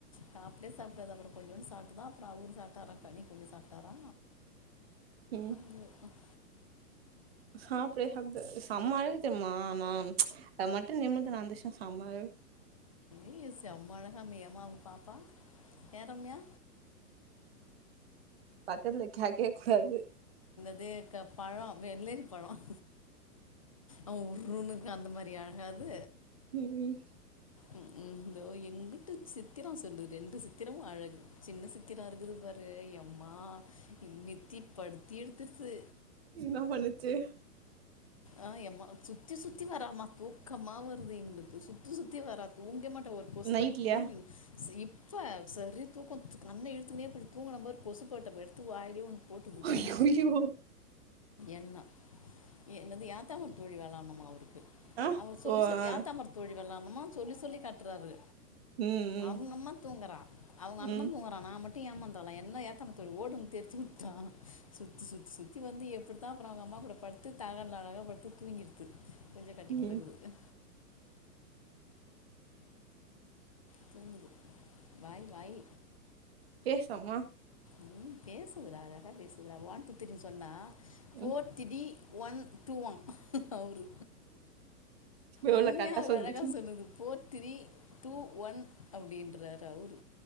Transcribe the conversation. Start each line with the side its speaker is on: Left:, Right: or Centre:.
Left: சாப்டவே சாப்டாது அப்புறம் கொஞ்சோன்னு சாப்ட்டுதான் அப்புறம் அவர் சாப்ட்டாராம் கனி கொஞ்ச சாப்ட்டாரா
Right: ம்
Left: உஹ அப்
Right: சாப்டவே சாப்டாதே செம அழுதுட்டேன்ம்மா நான் <unintelligible> ஆனா
Left: ய்ய் செம்ம அழகாயிருந்தியாமே உன் பாப்பா ஏன் ரம்யா
Right: பக்கத்துல கேட்கவே கூடாது
Left: இருக்குற பழம் வெள்ளரி பழம் அவன் உர்ருன்னு அந்த மாதிரி அழகாது
Right: உம்ஹ்
Left: உம் இதோ எங்கிட்டு சித்திரம் சொல்லுது ரெண்டு சித்திரமும் அழகு சின்ன சித்திரம் இருக்குது பாரு ஏ எம்மா நித்தி படுது தீர்த்துர்து
Right: என்ன பண்ணுச்சி
Left: ஆஹ் எம்மா சுத்தி சுத்தி வராமா தூக்கமா வருது எங்களுக்கு சுத்தி சுத்தி சுத்தி வரா தூங்க மட் ஒரு கொசுபட்
Right: நைட்லயா
Left: தூங்குது ச்சீ சரி தூக்கம் கண்ண இழுத்துனே தூங்குனேன் பாரு கொசு பேட்டை எடுத்து வாயிலே ஒன்னு போட்டுதுக்கு
Right: ஐயையோ
Left: எண்ணம் ஏ என்னது யாத்தாமர் தோழி வெளான்னம்மா அவருக் கு
Right: ஆ
Left: அவுங்க சொல்லி
Right: ஓ
Left: சொ
Right: ஆ
Left: யாத்தாமர் தொழி வெல்லாம சொல்லி சொல்லி காட்றாரு
Right: ம் ம்
Left: அவுங்கம்மா தூங்குறா அவுங்கண்ண
Right: ம்
Left: தூங்கறா நா மட் டு ஏமாந்தவ்ளா என்ன ஏத்தோ தோழி ஓடும் தீர் த்விட்டா சுத்தி சுத்தி சுத்தி வந்து எப்டித்தா அப்றோ அவுங்கம்மா கூட படுத்து தலகாண்ல அழகா படுத்து தூங்கிடுது கொஞ்சம் கட்டி
Right: ம்
Left: கிடக்குது தூங்குது வாய் வாய்
Right: பேசோமா
Left: ம் பேசுதுறா அழகா பேசுதுறா ஓன் டூ த்ரீ சொன்னா போர்
Right: ம்
Left: திடி ஒன் டூ வா அவரு
Right: எவ்ளோ
Left: உண்மையா
Right: கரெக்டா சொல்லு
Left: அழகா சொல்லுது போர் திரி டூ ஒன் அப்டின்றாரு அவுரு